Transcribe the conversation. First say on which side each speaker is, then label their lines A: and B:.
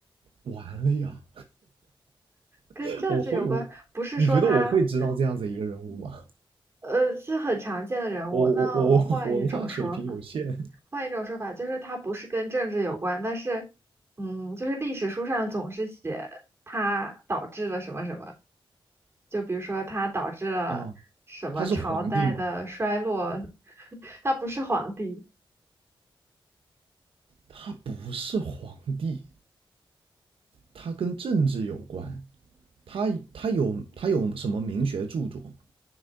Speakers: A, on the right; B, on the right.
A: 完了呀！
B: 跟政治有关，
A: <laughs> 我会不？
B: 不是说他，
A: 你觉得我会知道这样子一个人物吗？
B: 呃，是很常见的人物。
A: 我我我我文化水平有限
B: 那我换一种说法。换一种说法，就是它不是跟政治有关，但是，嗯，就是历史书上总是写它导致了什么什么，就比如说它导致了什么朝代的衰落，
A: 啊，他是皇帝吗？
B: <laughs> 他不是皇帝，
A: 他不是皇帝，他跟政治有关。他他有他有什么名学著作吗？